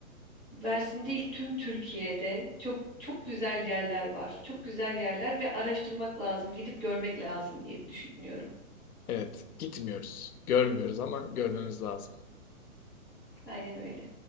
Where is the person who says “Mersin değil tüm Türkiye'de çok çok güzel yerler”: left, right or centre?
Centre